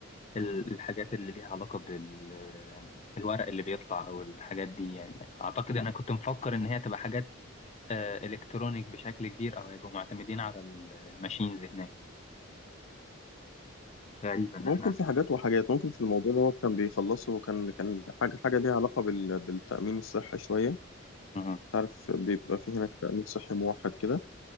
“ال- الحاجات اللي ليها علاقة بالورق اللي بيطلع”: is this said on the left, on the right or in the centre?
Left